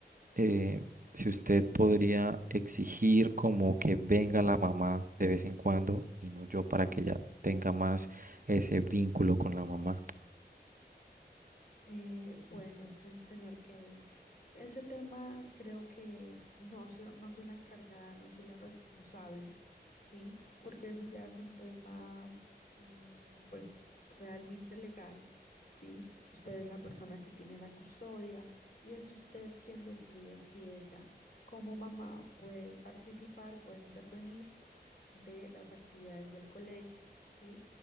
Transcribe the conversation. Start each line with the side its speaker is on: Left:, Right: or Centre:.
Right: eh, si usted podría exigir como que venga la mamá de vez en cuando y no yo para que ella tenga más ese vínculo con la mamá.
Left: Eh, bueno, se- señor Kevin, ese tema creo que no soy, no soy la encargada, no soy la responsable, ¿sí? Porque eso ya es un tema, mm, pues, realmente legal, ¿sí? Usted es la persona que tiene la custodia y es usted quien decide si ella, como mamá, puede participar, puede intervenir de las actividades del colegio, ¿sí?